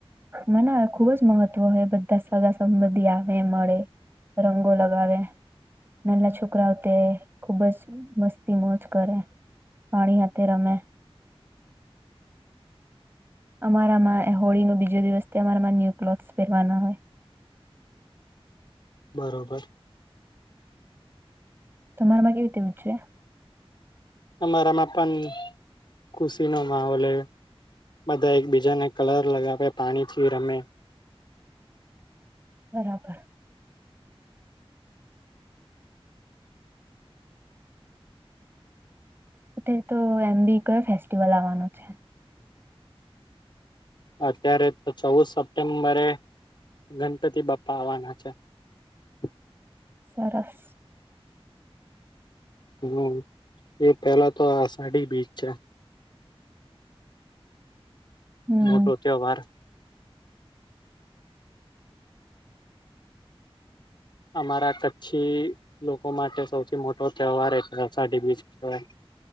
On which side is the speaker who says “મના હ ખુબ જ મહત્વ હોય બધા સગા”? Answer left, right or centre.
Right